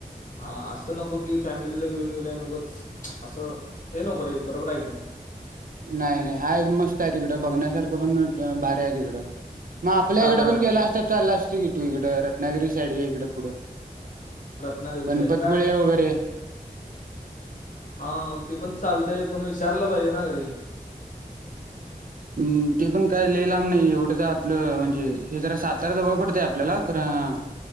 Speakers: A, on the left; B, on the right.
A: हा असं नको की फॅमिलीला घेऊन गेऊल्या नक च असं हे नको बरोबर आहे की नाही
B: नाही नाही हाय मस्त आहे तिकडं बघण्यासारखं पण भारी आहे तिकडं मग आपल्या
A: साताऱ्याला
B: इकडं पण गेला असता चालला असतं की तू इकड रत्नागिरी साईडच्या इकड पुढं
A: रत्नागिरी
B: गणपतीपुळे
A: साईड काय
B: वगैरे
A: हा ते पण चालतय पण विचारलं पाहिजे ना घरी
B: हम् ते पण काय लईलाम नाही एवढं तर आपलं म्हणजे हे जरा साताारा जवळ पडतय आपल्याला खण हा